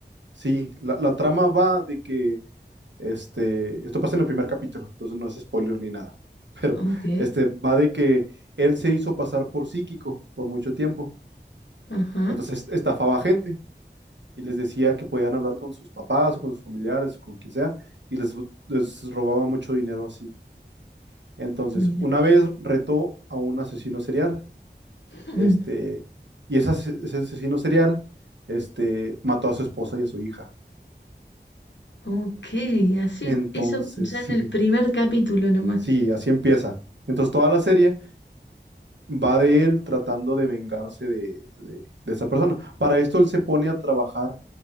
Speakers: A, on the right; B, on the left.
A: sí, la, la trama va de que este, esto pasa en el primer capítulo, entonces no es spoiler ni nada. <laughs> Pero
B: Ok,
A: este va de que él se hizo pasar por psíquico por mucho tiempo.
B: ajá,
A: Entonces estafaba a gente y les decía que podían hablar con sus papás o con sus familiares o con quien sea y les, les robaba mucho dinero así. Entonces,
B: mira.
A: una vez retó a un asesino serial,
B: Mm,
A: este, y ese, ase- ese asesino serial, este, mató a su esposa y a su hija.
B: Ok, así,
A: Entonces,
B: eso ya
A: sí,
B: en el primer capítulo nomás.
A: sí, así empieza. Entonces, toda la serie va de él tratando de vengarse de, de- de esa persona. Para esto, él se pone a trabajar